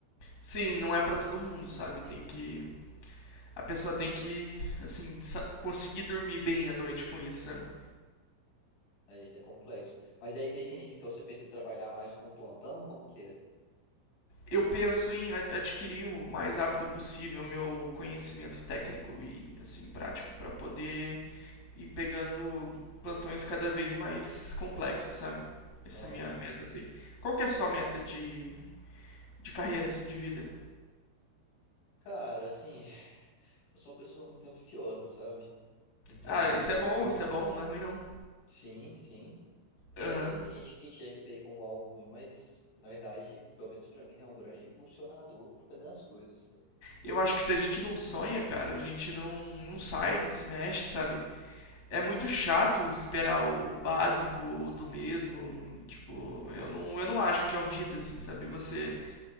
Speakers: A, on the left; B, on the left.
A: Sim, não é pra todo mundo, sabe? Tem que. A pessoa tem que, assim, conseguir dormir bem à noite com isso, sabe?
B: É, isso é complexo. Mas aí nesse início, então, você pensa em trabalhar mais com plantão? Como que é?
A: Eu penso em adquirir o mais rápido possível meu conhecimento técnico e, assim, prático pra poder ir pegando plantões cada vez mais complexos, sabe? Essa
B: Aham.
A: é a minha meta, assim. Qual que é a sua meta de, de carreira, assim, de vida?
B: Cara, assim, <laughs> eu sou uma pessoa muito ambiciosa, sabe? Então,
A: Ah, isso é bom, isso é bom, não é ruim não.
B: sim, sim.
A: Aham.
B: É, tem muita gente que enxerga isso aí como algo ruim, mas na verdade, pelo menos pra mim, né, é um grande impulsionador pra fazer as coisas.
A: Eu acho que se a gente não sonha, cara, a gente não, não sai, não se mexe, sabe? é muito chato esperar o, o básico, o do mesmo. Tipo, eu não, eu não acho que é a vida, assim, sabe? Você